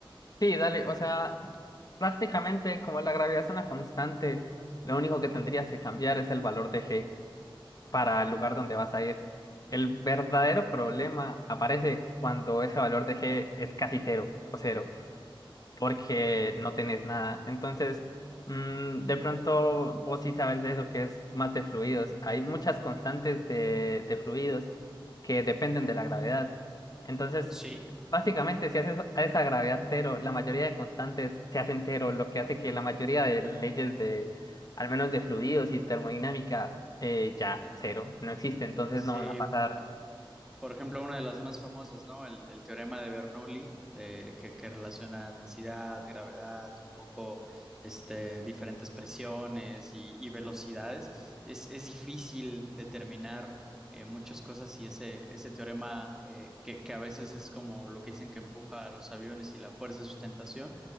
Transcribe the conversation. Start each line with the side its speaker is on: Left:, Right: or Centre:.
Left: Sí, dale, o sea, prácticamente como la gravedad es una constante, lo único que tendrías que cambiar es el valor de g para el lugar donde vas a ir. El verdadero problema aparece cuando ese valor de g es casi cero o cero porque
Centre: Oh,
Left: no tenés nada. Entonces, mm, de pronto vos sí sabes de eso que es más de fluidos. Hay muchas constantes de, de fluidos que dependen de la gravedad. Entonces,
Centre: Sí,
Left: básicamente, si haces a esa gravedad cero, la mayoría de constantes se hacen cero, lo que hace que la mayoría de leyes de, al menos de fluidos y termodinámica, eh, ya cero, no existe, entonces
Centre: sí.
Left: no van a pasar.
Centre: Por ejemplo, una de las más famosas, ¿no? El, el teorema de Bernoulli, eh, que, que relaciona densidad, gravedad, un poco este, diferentes presiones y, y velocidades. Es, es difícil determinar eh, muchas cosas y ese, ese teorema eh, que, que a veces es como lo que dicen que empuja a los aviones y la fuerza de sustentación,